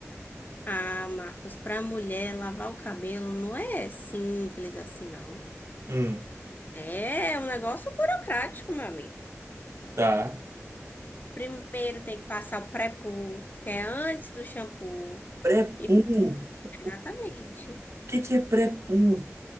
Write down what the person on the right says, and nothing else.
Hum,
tá.
Pré-poo.
O
que que é pré-poo?